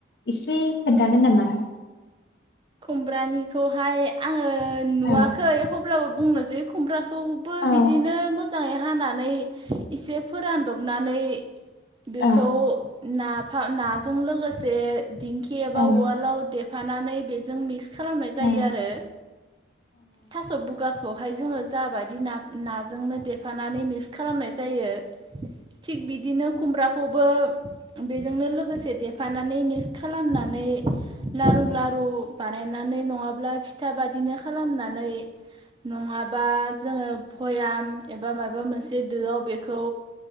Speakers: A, on the left (about 60°); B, on the right (about 25°).
A: एसे खोन्थागोन नामा?
B: खुमब्रानिखौहाय आङो। नुवाखै
A: औ
B: एखमब्लाबो। बुंनोसै खुमब्राखौबो
A: औ
B: बिदिनो मोजाङै हानानै एसे फोरानदबनानै। बेखौ।
A: औ
B: नाफाम नाजों लोगोसे। दिंखि एबा
A: औ
B: उवालाव दे। थानानै बे। जों मिक्स। खालामनाय जायो
A: ओं
B: आरो थास' बुगाखौ। खौहाय जोङो जाबायदि। ना-नाजोंनो दे। फानानै मिक्स खालामनाय जायो। थिग बिदिनो खुमब्राखौबो। बेजोंनो लोगोसे देफानानै मिक्स खालामनानै। लारु-लारु। मेनानै नङाब्ला फिथा बादिनो खालामनानै। नङाबा जोङो। बयाम एबा माबा मोनसे दोआव बेखौ।